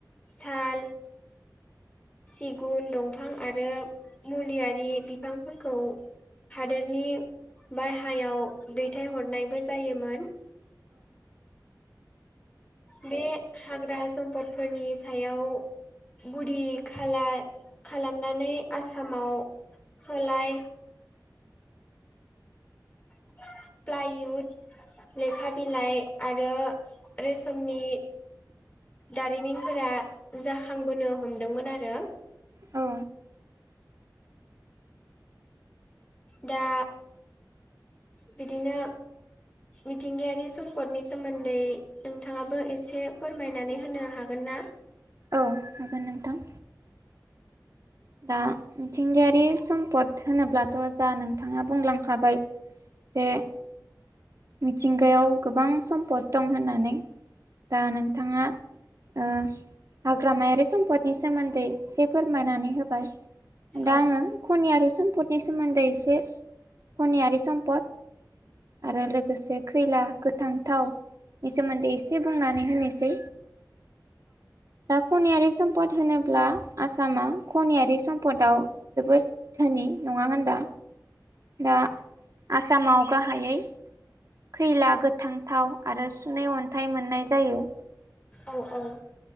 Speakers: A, on the left (about 20°); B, on the right (about 50°).
A: साल, सिगुन दंफां आरो मुलियारि बिफांफोरखौ हादोरनि बायह्रायाव दैथायहरनायबो जायोमोन। बे हाग्रा सम्पदफोरनि सायाव गुदि खाला-खालामनानै आसामाव सलाय, <unintelligible> प्लाइउद, लेखा बिलाइ आरो रेसमनि दारिमिनफोरा जाखांबोनो हमदोंमोन आरो।
B: औ
A: दा बिदिनो मिथिंगायारि सम्पदनि सोमोन्दै नोंथाङाबो एसे फोरमायनानै होनो हागोन ना?
B: औ हागोन नोंथां। दा मिथिंगायारि सम्पद होनोब्लाथ' जा नोंथाङा बुंलांखाबाय। बे मिथिंगायाव गोबां सम्पद दं होननानै दा नोंथाङा ओं हाग्रामायारि सम्पदनि सोमोन्दै एसे फोरमायनानै होबाय।
A: औ
B: दा आङो खनिआरि सम सम्पदनि सोमोन्दै एसे खनियारि सम्पद आरो लोगो खैला, गोथां थाव नि सोमोन्दै एसे बुंनानै होनोसै। दा खनियारि सम्पद होनो ब्ला आसामा खनियारि सम्पदाव जोबोद धोनि नङा होनबा? दा आसामाव गाहायै खैला, गोथां थाव, आरो सुनै अन्थाइ मोननाय जायो।
A: औ औ